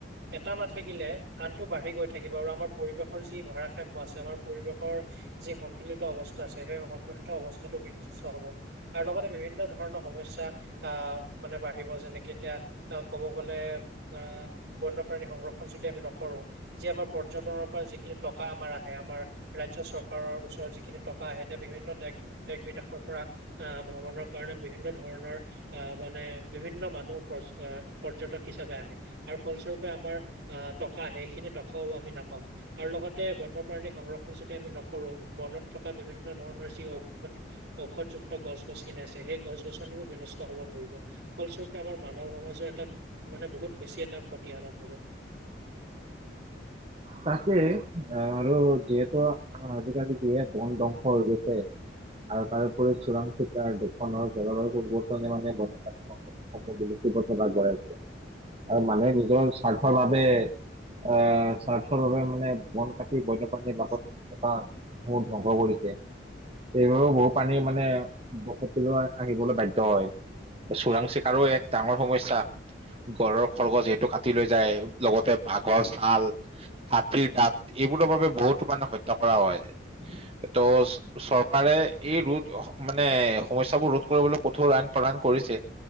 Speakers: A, on the right (about 60°); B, on the right (about 30°).
A: এটা নাথাকিলে আনটো বাঢ়ি গৈ থাকিব আৰু আমাৰ পৰিৱেশৰ যি ভাৰসাম্য আছে আমাৰ পৰিৱেশৰ যি সন্তুলিত অৱস্থা আছে সেই সন্তুলিত অৱস্থাটো বিশ হ'ব আৰু লগতে বিভিন্ন ধৰণৰ সমস্যা আহ মানে বাঢ়িব যেনেকে- এতিয়া আহ ক'ব গ'লে আহ বন্যপ্ৰাণী সংৰক্ষণ যদি আমি ন কৰো যি আমাৰ পৰ্যটনৰ পৰা যিখিনি টকা আমাৰ আহে আমাৰ, ৰাইজৰ চৰকাৰৰ ওচৰত যিখিনি টকা। কা সেয়ে বিভিন্ন দেশ বিদেশৰ পৰা আহ ভ্ৰমণৰ কাৰণে বিভিন্ন ধৰণৰ আহ মানে। মানে বিভিন্ন মানুহ পৰ্যটক হিচাপে আহে আৰু ফলস্বৰূপে আমাৰ অহ। সেইখিনি টকাওআমি নাপাম আৰু লগতে বন্যপ্ৰাণী সংৰক্ষণ যদি আমি নকৰো বনত থকা। বিভিন্ন ধৰণৰ যি ঔষধ ঔষধযুক্ত গছ গছনি আছে সেই গছ গছনিও বিনষ্ট হব ধৰিব। ফলস্বৰূপে আমাৰ মানৱ সমাজৰ এটা মানে বহুত বেছি এটা ক্ষতি হব।
B: তাকে আৰু যিহেতু আজিকালি যিহে বন ধ্বংস হৈ গৈছে। আৰু তাৰোপৰি চোৰাং চিকাৰ শোষনৰ জলৰ পৰিৱৰ্তনে মানে বনপাণী বুলি। গাই আছে আৰু মানুহে নিজৰ স্বাৰ্থৰ বাবে আহ স্বাৰ্থ। ভাৱ মানে বন কাটি বন্যপ্ৰাণীৰ বত এটা বহুত ধ্বংস কৰিছে। এইবাবেও বহুত পানী মানে বসতি ল হাঁহিবলৈ বাধ্য হয়। চোৰাং চিকাৰো এক ডাঙৰ সমস্যা। গড়, খৰগছ যিহেতু কাটি লৈ যায় লগতে বাঘৰ শাল। হাতীৰ, দাঁত এইবোৰৰ বাবে বহুতো মানে হত্যা কৰা হয় ত' চৰকাৰে এই ৰোধ মানে সমস্বোৰ ৰোধ কৰিবলৈ কঠোৰ আইন প্ৰদান কৰিছে।